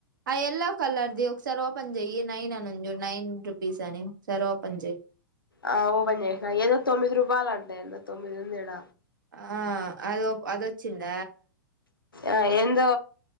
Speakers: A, on the right (about 65°); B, on the left (about 80°).
A: ఆ ఎల్లో కలర్ది ఒకసారి ఓపెన్ చెయ్యి నైన్ అనింజు నైన్ రుపీస్ అని ఒకసారి ఓపెన్ చెయి
B: ఆ ఓపెన్ చేసిన ఏదో తొమ్మిది రూపాయలు అంట ఏదో తొమ్మిది ఉంది ఈడ
A: ఆ అద అదొచ్చింద
B: ఆ ఎందో